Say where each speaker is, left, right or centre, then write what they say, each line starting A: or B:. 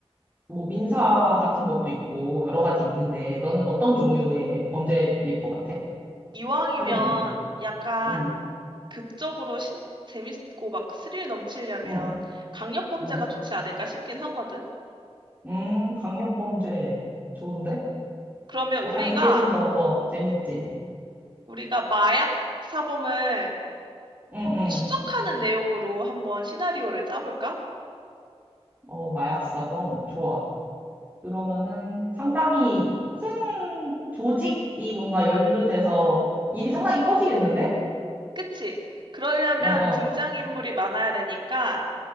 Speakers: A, on the right (about 15°); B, on the right (about 50°).
A: 뭐, 민사 같은 것도 있고, 여러 가지 있는데, 너는 어떤 종류의 범죄일 것 같아?
B: 이왕이면
A: 하게 되면?
B: 약간
A: 응,
B: 극적으로 신, 재밌고 막 스릴 넘치려면
A: 응,
B: 강력범죄가
A: 응.
B: 좋지 않을까 싶긴 하거든?
A: 음, 강력범죄. 좋은데?
B: 그러면 우리가,
A: 약간 그게 좀 더, 어, 재밌지?
B: 우리가 마약 사범을
A: 응, 응.
B: 추적하는 내용으로 한번 시나리오를 짜볼까?
A: 어, 마약사범. 좋아. 그러면은 상당히 큰 조직이 뭔가 연루돼서 일이 상당히 커지겠는데?
B: 그치? 그러려면
A: 어, 어.
B: 등장인물이 많아야 되니까